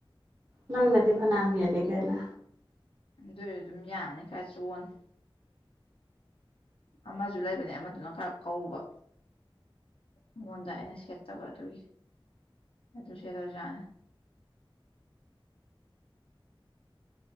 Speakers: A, on the right (about 40°); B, on the left (about 75°).
A: ꯅꯪ ꯅꯗꯤ ꯐꯅꯃꯤ ꯌꯥꯅꯤ ꯀꯥꯏꯅ
B: ꯑꯗꯨꯏꯁꯨ ꯑꯗꯨꯝ ꯌꯥꯅꯤ ꯈꯔ ꯆꯣꯟꯅꯤ ꯑꯃꯁꯨ ꯂꯩꯕꯅꯦ ꯑꯃꯗꯨꯅ ꯈꯔ ꯀꯧꯕ ꯑꯩꯉꯣꯟꯗ ꯑꯩꯅ ꯁꯦꯠꯇꯕ ꯑꯗꯨꯒꯤ ꯑꯗꯨ ꯁꯦꯠꯂꯧꯖꯥꯠꯅꯤ